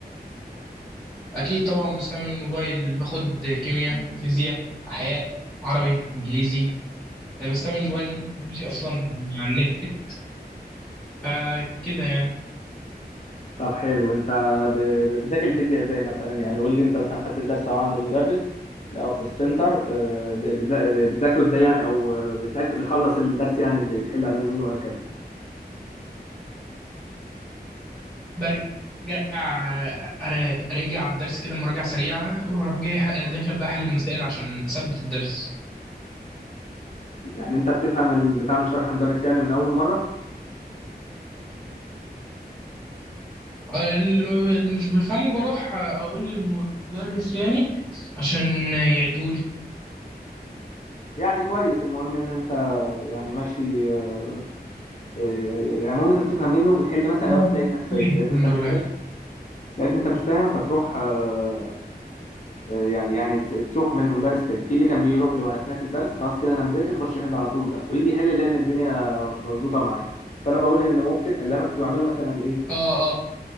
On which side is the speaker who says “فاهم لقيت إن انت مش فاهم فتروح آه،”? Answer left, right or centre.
Left